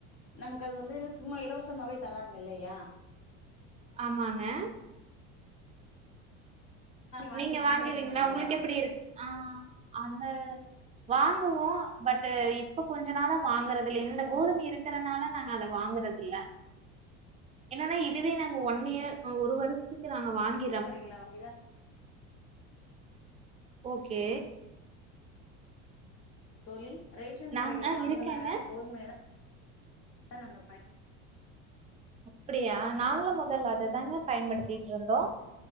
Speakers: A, on the left; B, on the right.
A: நமக்கு அது வந்து சும்மா இலவசமாவே தராங்க இல்லையா
B: ஆமாங்க
A: வாங்கி
B: நீங்க
A: பயன்படுத்த
B: வாங்குவீங்ளா
A: மாட்டீங்களா
B: உங்ளுக்கு எப்படி இருக் ஆ அந்த வாங்குவோ பட் இப்ப கொஞ்சோ நாளா வாங்குறது இல் இந்த கோதுமை இருக்கு இருக்குறனால நாங்க அத வாங்குறது இல்ல
A: <inaudible>
B: என்னன்னா இதுவே நாங்க ஒன் இயர் ஒரு வருஷத்துக்கு நாங்க வாங்க
A: <unintelligible>
B: ஓகே
A: தோழி ரேஷன் கடைகள
B: நாங்க ஆ
A: வாங்கின
B: இருக்கேங்க.
A: கோதுமை தா நாங்க பயன
B: அப்படியா நாங்களு முதல அதுதாங்க பயன்படுத்திட்டு இருந்தோ